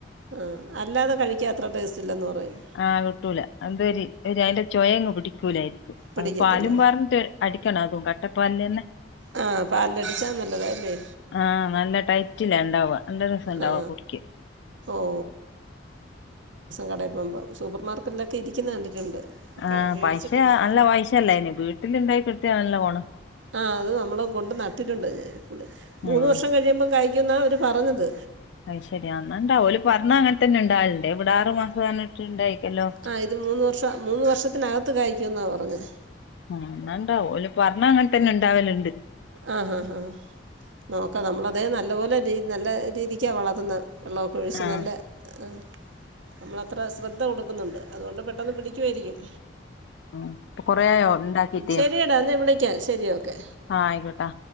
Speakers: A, on the right; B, on the left.
A: ആഹ് അല്ലാതെ കഴിക്കാൻ അത്ര ടേസ്റ്റ് ഇല്ലെന്ന് പറയും
B: ആഹ് കിട്ടൂല അത് ഒരു അതിന്റെ ചോയ പിടിക്കൂലായിരിക്കും
A: പിടിക്കത്തില്ല
B: അത് പാലും പറാറിഞ്ഞട്ട അടിക്കണം അതും കട്ടപ്പ പാൽ തന്നെ
A: ആ പാലിലടിച്ചാൽ നല്ലതാ അല്ലേ
B: ആഹ് നല്ല ടൈറ്റില്ല ഉണ്ടാവ നല്ല രസ ഉണ്ടവാ
A: ആ
B: കുടിക്ക്
A: ഓ കട പോകുമ്പോൾ സൂപ്പർ മാർക്കറ്റിലൊക്കെ ഇരിക്കുന്നു കണ്ടിട്ടുണ്ട്
B: ആഹ്
A: ക മേടിച്ചിട്ടില്ല
B: പൈസ നല്ല പൈസയല്ല ഇനി വീട്ടിൽ ഉണ്ടായി കിട്ടിയ നല്ല പോണം
A: ആഹ് അത് നമ്മള് കൊണ്ട് നട്ടിട്ടുണ്ട് മൂന്ന്
B: ആഹ്
A: വർഷം കഴിയുമ്പോൾ കായ്ക്കും എന്നാ അവര് പറഞ്ഞത്
B: അത് ശരിയ എന്നന്ന ഉണ്ടാവും പറഞ്ഞ അങ്ങനെ തന്നെ ഉണ്ടാവാറുണ്ട് ഇവിടെ ആറ് മാസം പറഞ്ഞിട്ട് ഉണ്ടായിരിക്കല്ലോ
A: ആഹ് ഇത് മൂന്ന് വർഷം മൂന്ന് വർഷത്തിനകത്ത് കായ്ക്കുമെന്നാണ് പറഞ്ഞത്
B: ആഹ് എന്നാൽ ഉണ്ടാവും പറഞ്ഞണ് അങ്ങനെത്ത തന്നെ ഉണ്ടാവലുണ്ട്
A: ആഹ് ഹാ ഹാ നോക്കാം നമ്മള അതേ നല്ല പോലെ നല്ല രീതിക്കാണ് വളർത്തുന്നത് വെള്ളമൊക്കെ ഒഴിച്ച്
B: ആഹ്
A: നല്ല ആഹ് നമ്മളത്ര ശ്രദ്ധ കൊടുക്കുന്നുണ്ട് അതുകൊണ്ട് പെട്ടെന്ന് പിടിക്കുമായിരിക്കും
B: ആഹ് ഇപ്പൊ കൊറേ ആയോ ഇണ്ടാക്കീട്ട്
A: ശരിടാ എന്നാ വിളിക്കാൻ ശരി ഓക്കെ
B: ആഹ് ആയിക്കോട്ടെ